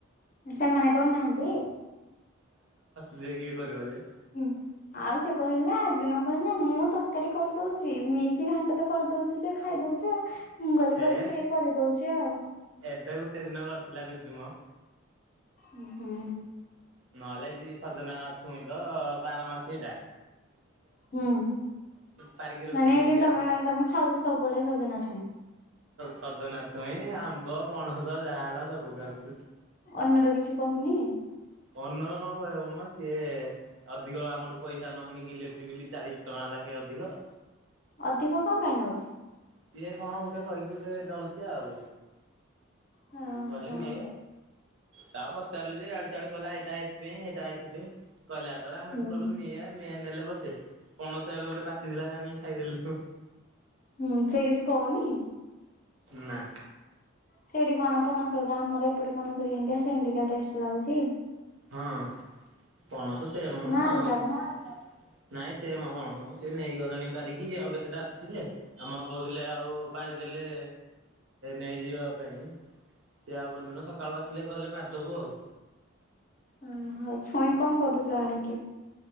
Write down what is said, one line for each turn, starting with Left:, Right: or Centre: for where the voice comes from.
Left: ସେମାନେ କରୁନାହାନ୍ତି?
Right: ରୋଷେଇ କିଏ କରିବ ଯେ।
Left: ହୁଁ ଆଉ ସେ କହିଲା ସେଦିନ କହିଲା ମୁଁ ତ ତରକାରୀ କରିଦଉଛି ମିକ୍ସ ଘାଣ୍ଟ ତ କରିଦଉଛି ଯେ ଖାଇଦଉଛୁ ଆଉ ମୁଁ କହିଲି ବୋଧେ
Right: ଏ
Left: ସିଏ କରିଦଉଛି ଆଉ।
Right: ଏବେ ଗୋଟେ ଦିନ କରିଥିଲା ବିଜୁ ମ
Left: ହୁଁ ହୁଁ।
Right: ନ ହେଲେ ଯିଏ ସଜନା ଛୁଇଁର ତ ବାର ମାସି ସେଇଟା।
Left: ହୁଁ
Right: ପାରିକି ରଖିଦେଇଛି
Left: ମାନେ ଏଇଠି ତମେ
Right: ଆଜି।
Left: ତମେ ଖାଉଛ ସବୁବେଳେ ସଜନା ଛୁଇଁ।
Right: ସଜନାଛଇଁ ଆମ୍ବ ପଣସ ଯାହା ହେଲା ସବୁ। ଖାଉଛୁ।
Left: ଅନର କିଛି କହୁନି?
Right: ୱନର କଣ କହିବ ମ ସିଏ ଅଧିକ ଆମଠୁ ପଇସା ନଉନି କି ଇଲେକ୍ଟ୍ରି ବିଲ୍ ଚାଳିଶ ଟଙ୍କା ଲେଖା ଅଧିକ।
Left: ଅଧିକ କଣ ପାଇଁ ନଉଛି?
Right: ସିଏ କଣ ଗୋଟେ କହିକି ଗୋଟେ ନଉଛି ଆଉ।
Left: ହଁ
Right: ଗଲିନି।
Left: ହଁ।
Right: ତାକୁ ପଚାରିଲୁ ଯେ ଏଆଡୁ ସେଆଡୁ କହିଲା ଏଇଟା ଏଇଥିପାଇଁ ହେଇଟା ହେଇ ପାଇଁ କହିଲା ଯେତେବେଳେ ଆମେ
Left: ହୁଁ
Right: କହିଲୁ ନେ ନେ ନେଲେ ବସେ ପଣସ ଏବେ ଗୋଟେ ପାଚିଥିଲା ଯେ ଆଣିକି ଖାଇଦେଲୁ।
Left: ହୁଁ ସେ କିଛି କହୁନି।
Right: ନା
Left: ସେଇଠି କଣ ପଣସଉରା ଆମର ଏପଟେ ପଣସ ଯେମିତିଆ ସେମିତିକା ଟେଷ୍ଟ ଲାଗୁଛି
Right: ହଁ ପଣସ ସେମ
Left: ନା
Right: ମ ହଁ।
Left: ଅଲଗା
Right: ନାଇଁ ସେଇ ମ ପଣସ ମ ସେ ନେଇଗଲେଣି ପାରିକି ଆଉ କେତେଟା ଅଛି ଯେ ଆମ କହୁଥିଲେ ଆଉ ପାରିଦେଲେ ନେଇଯିବା ପାଇଁ। ସେ ଆଉ କଉଦିନ ସକାଳୁ ଆସିଲେ ଗଲେ ପାରିଦବୁ ଆଉ।
Left: ଅ ହଁ ଛୁଇଁ କଣ କରୁଚ ଆଣିକି?